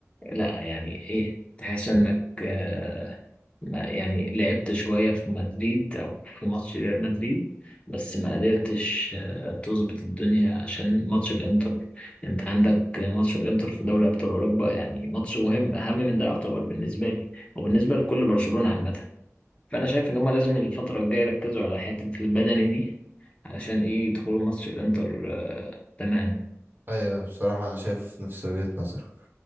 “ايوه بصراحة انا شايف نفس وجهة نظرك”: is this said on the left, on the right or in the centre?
Right